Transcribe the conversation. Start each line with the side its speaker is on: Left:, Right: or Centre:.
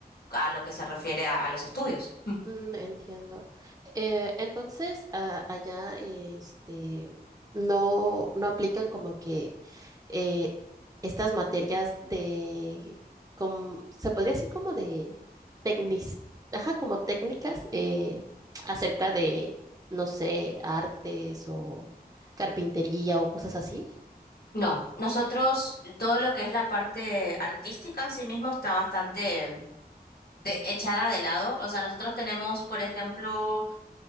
Left: a lo que se refiere a a los estudios.
Right: Mm, entiendo. Eh, entonces, a- allá, este, no, no aplican como que eh, estas materias de, como, se podría decir como de técnicas, ajá, como técnicas eh, acerca de, no sé, artes o carpintería o cosas así.
Left: No, nosotros todo lo que es la parte artística en sí mismo está bastante de- echada de lado. O sea, nosotros tenemos, por ejemplo,